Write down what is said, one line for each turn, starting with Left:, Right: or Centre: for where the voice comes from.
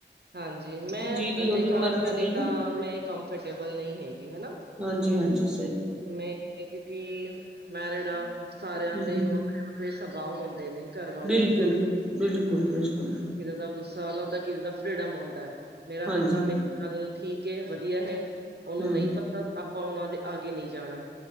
Right: ਹਾਂਜੀ ਮੈਂ
Centre: ਜਿਹਦੀ ਉਹਦੀ
Right: ਦੇਖਾ
Centre: ਮਰਜ਼ੀ
Right: ਪਹਿਲੀ
Centre: ਹੈ
Right: ਤਾਂ
Centre: ਨਾ
Right: ਮੈਂ ਕੰਫਰਟੇਬਲ ਨਹੀਂ ਹੈਗੀ ਹੈਨਾ
Centre: ਹਾਂਜੀ-ਹਾਂਜੀ
Right: ਮੈਂ ਕਿਉਂਕਿ ਮੈਰਿਡ ਆ ਸਾਰਿਆਂ
Centre: ਹਮ
Right: ਦੇ ਵੱਖਰੇ-ਵੱਖਰੇ ਸੁਭਾਅ ਹੁੰਦੇ ਨੇ ਘਰ ਵਾਲਿਆਂ
Centre: ਬਿਲਕੁਲ-ਬਿਲਕੁਲ-ਬਿਲਕੁਲ
Right: ਦੇ ਹਨਾ ਕਿਸੇ ਦਾ ਗੁੱਸਾ ਵਾਲਾਉੁੰਦਾ ਕਿਸੇ ਦਾ ਫਰੀਡਮ ਆਉਂਦਾ ਮੇਰਾ
Centre: ਹਾਂਜੀ
Right: ਬੰਦਾ ਮੇ ਕੱਲ ਠੀਕ ਵਧੀਆ ਹੈ ਉਹਨੂੰ
Centre: ਹਮ
Right: ਨਹੀਂ ਪਤਾ ਆਪਾਂ ਉਹਨਾਂ ਦੇ ਆਗੇ ਨਹੀਂ ਜਾਣਾ